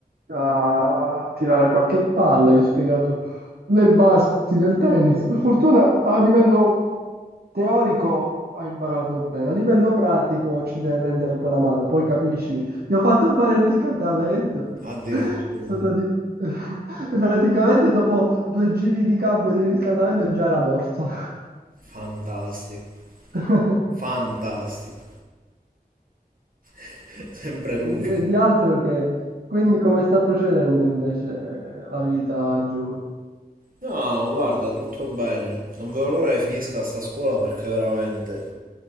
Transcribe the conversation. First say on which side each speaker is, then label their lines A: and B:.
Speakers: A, on the right; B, on the right.
A: a tirare qualche palla, gli ho spiegato le basi del tennis. Per fortuna a livello teorico ha imparato bene, a livello pratico ci deve prendere un po' la mano, poi capisci, gli ho fatto fare il riscaldamento.
B: addirittura.
A: <laughs> È stato di- <laughs> e Praticamente dopo due giri di campo di riscaldamento già era morto.
B: Fantastico,
A: <laughs>
B: fantastico. <laughs> Sempre lui.
A: E Di di altro che... Quindi come sta procedendo invece la vita a Giulio?
B: No, guarda, tutto bene. Non vedo l'ora che finisca sta scuola perché veramente